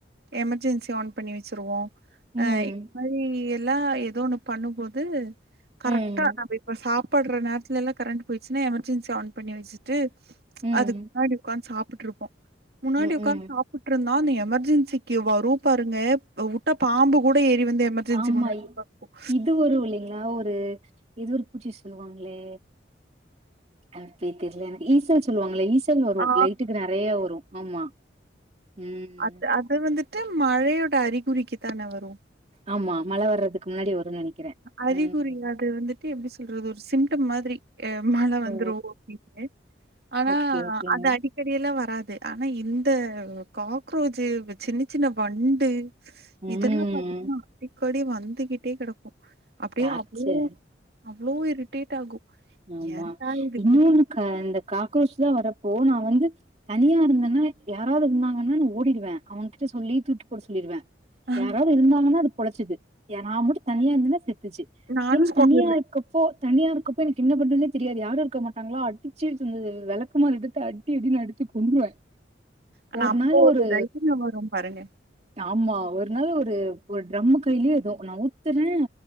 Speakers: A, on the right; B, on the right.
A: எமர்ஜென்சி ஆன் பண்ணி வச்சருவோம்
B: ம்.
A: அ இந்த மாரி எல்லா ஏதோ ஒண்ணு பண்ணும்போது கரெக்டா
B: ம்.
A: நம்ப இப்ப சாப் ப்படுறநேரத்துல எல்லாம் கரண்ட் போயிச்சுன்னா எமர்ஜென்சி ஆன் பண்ணி வச்சிட்டு
B: ம்.
A: அதுக்கு முன்னாடி உக்காந்து சாப் ருப்போம் முன்னாடி
B: ம்க்ம்.
A: உக்காந்து சாப்பட்றுந்தோம் அந்த எமர்ஜென்சிக்கு வரும் பாருங்க வுட்ட பாம்பு கூட ஏறி வந்து எமர்ஜென்சி
B: ஆமா
A: முன்னாடி உக்காந்துக்கும்.
B: இது ஒரு இல்லிங்களா ஒ இது எதோ ஒரு பூச்சி சொல்லுவாங்களே ஆர்த்தி தெர்யில எனக்கு ஈஸ் சொல்லாங்களா இசி வரும்
A: ஆ
B: லைட்டுக்கு நிறைய வரும் ஆமா ம்.
A: அ அது வந்து ம மழையோட அறி குறிக்கு தான வரு
B: ஆமா மழ வர்றதுக்கு முன்னாடி வரும்னு நெனைக்கிறே
A: அறிகுறி
B: ம்
A: அது வந்துட்டு எப்படி சொல்றது ஒரு சிம் மாதிரி மழை வந்துரும்
B: ஓ
A: அப்படின்னு ஆனா
B: ஓகே ஓகேங்க
A: அது அடிக்கஎல்லாம் வராது ஆனா இந்த காக்ரோஜு சின்ன சின்ன வண்டு
B: ம்
A: இதெல்லாம் பாத்தீங்கன்னா ப்படி வந்துக்கிட்டே கிடக்கும் அப்படியே
B: டார்ச்சர்
A: அப்போ அவ்வளோ இரிட்டேட் ஆகும்
B: ஆமா
A: ஏன்டா இது
B: இன்னொன்னு
A: இப்டி
B: இந்த காக்ரோச் தான் வரப்போ நான் வந்து தனியா இருந்தேன்னா யாராவது இருந்தாங்கன்னா நான் ஓடிடுவேன் அவன்கிட்ட சொல்லி தூக்கி போட சொல்லிடுவேன்
A: பண்
B: யாராவது இருந்தாங்கன்னா அ குழச்சது நான் மட்டும் தனியா இருந்த செ செத்துச்சி
A: நானும் கொண்டு
B: தனியா
A: வருவேன்.
B: இருக்கப்போ தனியா இருக்க இப்ப எனக்கு என்ன பண்றதுனே தெரியாது யாரும் இருக்க மாட்டாங்கள அட்டிச்சு விளக்கமார் எடுத்து அட்டி அடினு அடுத்து கொண்டுுவவேன்
A: ஆனா
B: ஒரு
A: அப்போ
B: நாள் ஒரு
A: தைரியம் வரும் பாருங்க.
B: ஆமா ஒரு நாள் ஒரு ஒரு டிரம்முக்கு கே ஏதோ நான் நவுத்துறேன்